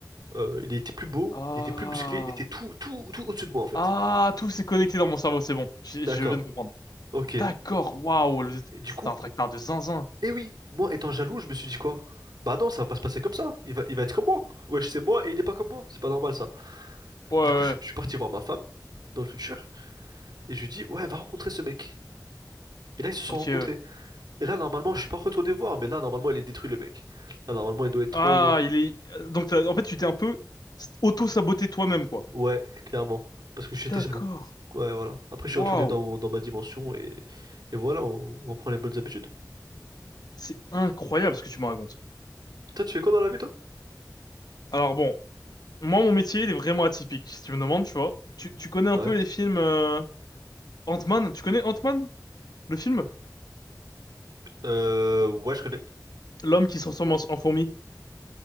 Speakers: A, on the right; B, on the left.
A: euh, il était plus beau,
B: Ah...
A: il était plus musclé, il était tout, tout, tout au-dessus de moi en fait.
B: Ah, tout s'est connecté dans mon cerveau, c'est bon. J'ai-
A: D'accord,
B: Je viens de comprendre.
A: ok. Et
B: D'accord, waouh, le-
A: du
B: c'est
A: coup,
B: un tracteur de zinzin.
A: eh oui, moi étant jaloux, je me suis dit quoi? Bah non, ça va pas se passer comme ça, il va, il va être comme moi. Wesh, c'est moi et il est pas comme moi, c'est pas normal ça.
B: Ouais,
A: Du
B: ouais, ouais.
A: coup, je, je suis parti voir ma femme dans le futur et je lui dis, ouais, va rencontrer ce mec. Et là, ils se sont
B: ok,
A: rencontrés.
B: ouais.
A: Et là, normalement, je suis pas retourné voir, mais là, normalement, il est détruit le mec. Là, normalement, il doit être trop.
B: Ah, il est... Donc, t'as- en fait, tu t'es un peu auto-saboté toi-même, quoi.
A: Ouais, clairement. Parce que j'étais
B: D'accord.
A: jaloux. Ouais, voilà. Après,
B: Waouh,
A: je suis retourné dans, dans ma dimension et, et voilà, on, on reprend les bonnes habitudes.
B: c'est incroyable ce que tu me racontes.
A: Toi, tu fais quoi dans la vie, toi?
B: Alors bon, moi, mon métier, il est vraiment atypique, si tu me demandes, tu vois. Tu, tu connais un
A: Ouais.
B: peu les films... euh, Ant-Man, tu connais Ant-Man? Le film,
A: Euh, ouais, je connais.
B: l'homme qui se transforme en, en fourmi.